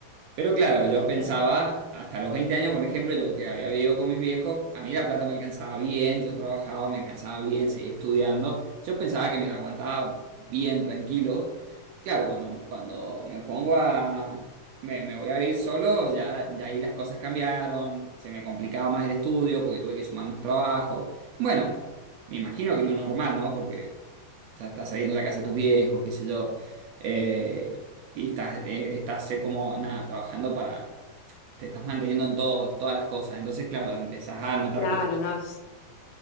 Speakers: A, on the right (about 75°); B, on the left (about 75°).
A: Pero claro,
B: Ay,
A: yo
B: qué
A: pensaba,
B: bien.
A: hasta los 20 años, por ejemplo, yo que había vivido con mis viejos, a mí la plata me alcanzaba bien, yo trabajaba, me alcanzaba bien, seguía estudiando, yo pensaba que me la aguantaba bien, tranquilo. Claro, cuando, cuando me pongo a, me, me voy a ir solo, ya, ya ahí las cosas cambiaron, se me complicaba más el estudio porque tuve que sumar más trabajo. Bueno, me imagino que lo normal, ¿no? Porque, o sea, estás saliendo de la casa de tus viejos, qué sé yo. Eh, y estás, eh, estás eh, como, nada, trabajando para... Te estás manteniendo en todo, todas las cosas. Entonces, claro, empezás a notar
B: Claro,
A: cosas.
B: no.